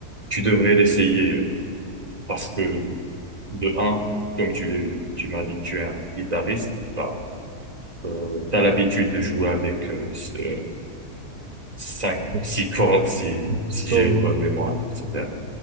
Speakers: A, on the right; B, on the right.
A: Tu devrais l'essayer euh, parce que, de un, comme tu, tu m'as dit que tu es un guitariste, bah, euh, tu as l'habitude de jouer avec euh, ce- euh, cinq,
B: Ouais,
A: six cordes si,
B: c'est
A: si
B: clair,
A: j'ai
B: ouais.
A: une bonne mémoire, etc.